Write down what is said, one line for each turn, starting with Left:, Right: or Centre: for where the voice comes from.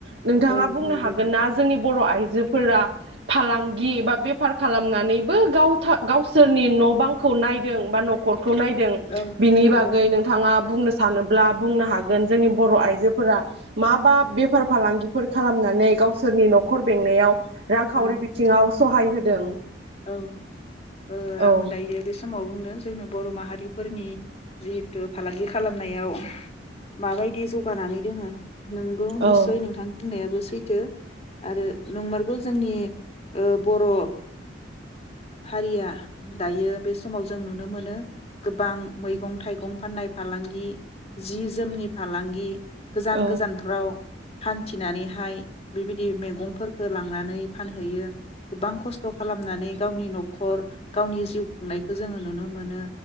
Right: नोंथाङा
Left: औ
Right: बुंनो
Left: नंगौ
Right: हागोन ना जोंनि बर' आइजोफोरा फालांगि बा बेफार खालामनानैबो गाव गावसोरनि न' बांखौ नायदों बा न'खर खौ नायदों
Left: औ
Right: बिनि
Left: नंगौ
Right: बागै नोंथाङा बुंनो सानोब्ला बुंनो हागोन जोंनि बर' आइजोफोरा माबा बेफार फालांगिफोर खालामनानै गावसोरनि न'खर बेंनायाव रांखावरि
Left: उम
Right: बिथिङाव सहाय होदों?
Left: औ ओ आं
Right: औ
Left: दायो बे सम आसामाव बुंनो जोङो बर' माहारिफोरनि जिहेथु फालांगि खालामनायाव माबायदि जौगानानै दोङो नोंगौ निस्सय
Right: औ
Left: नोंथांनि बुंनायाबो सैथो आरो नंमारगौ जोंनि ओ बर' हारिया दायो बे समाव जों नुनो मोनो गोबां मैगं थाइगं फाननाय फालांगि जि जोमनि फालांगि गोजान
Right: औ
Left: गोजानफ्राव हान्थिनानैहाय बेबायदि मैगंफोरखौ लांनानै फानहैयो गोबां खस्थ' खालामनानै गावनि न'खर गावनि जिउ खुंनायखौ जोङो नुनो मोनो